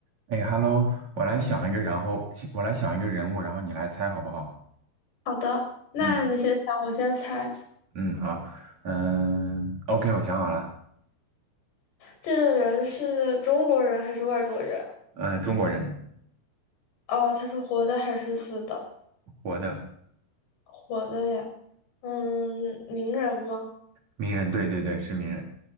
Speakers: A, on the right; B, on the left.
A: 哎，Hello，我来想一个，然后我来想一个人物，然后你来猜好不好？
B: 好的，那你先想，
A: 嗯
B: 我先猜。
A: 嗯，好，嗯，OK，我想好了，
B: 这个人是中国人还是外国人？
A: 嗯，中国人，
B: 哦，他是活的还是死的？
A: 活的，
B: 活的呀。嗯，名人吗？
A: 名人，对对对，是名人，